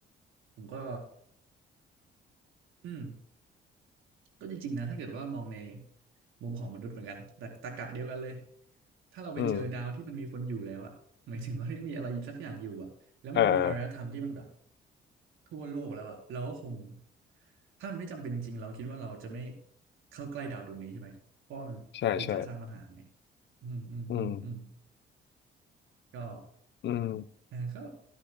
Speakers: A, on the right; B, on the left.
A: ผมก็อืม ก็จริงๆนะถ้าเกิดว่ามองในมุมของมนุษย์เหมือนกันแต่ตรรกะเดียวกันเลยถ้าเราไปเจอดาวที่มันมีคนอยู่แล้วอะหมายถึงว่าไม่มีอะไรสักอย่างอยู่อะแล้วมันมีอารยธรรมที่มันแบบ
B: อืมอ่า
A: ทั่วโลกแล้วอะเราก็คงถ้ามันไม่จำเป็นจริงเราคิดว่าเราจะไม่เข้าใกล้ดาวดวงนี้ใช่ไหมเพราะว่ามันคือการสร้างปัญหาไง
B: ใช่ใช่
A: อืมอืมอืมอืม
B: อืม
A: ก็
B: อืม
A: เออก็